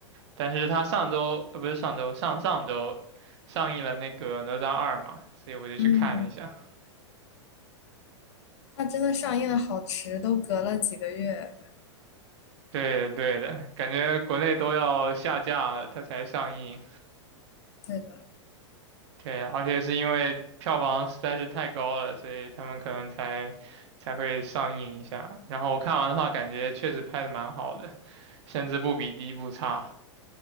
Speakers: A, on the right (about 60°); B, on the left (about 65°).
A: 但是他上周，呃，不是上周，上上周上映了那个《哪吒二》嘛，所以我就去看了一下。
B: 嗯，它真的上映的好迟，都隔了几个月。
A: 对的，对的，感觉国内都要下架了，它才上映。
B: 对的。
A: 对，而且是因为票房实在是太高了，所以他们可能才才会上映一下。然后我看完的话，感觉确实拍的蛮好的，甚至不比第一部差。